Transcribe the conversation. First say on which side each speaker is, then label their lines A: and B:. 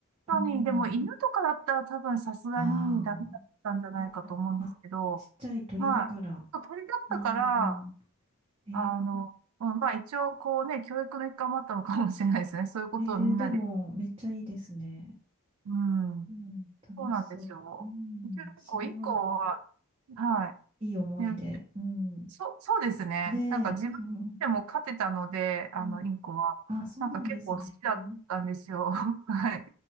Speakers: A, on the right (about 70°); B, on the right (about 25°).
A: かに、
B: うん、
A: でも犬とかだったら多分さすがにダメだったんじゃないかと思うんですけど、
B: ああ、うん、あ、ちっちゃい鳥だから、
A: まあ、鳥だったから、
B: うん、えー、
A: あの、うん、まあ一応こうね、教育の一環もあったのかもしれないですね。そういうことをみんなで。
B: えーでもめっちゃいいですね。
A: うん。
B: うん、楽しそう。
A: そうなんですよ。
B: うん、
A: 結構一個は、
B: それは
A: は
B: いい思い出。
A: い。ね、
B: うん、
A: そう、そうですね。
B: ねえ。
A: なんか自分でも勝てたので、
B: うん
A: あの、
B: うん。
A: インコは。
B: あ、そうなんですね。
A: なんか結構好きだったんですよ。
B: うん
A: <laughs> はい。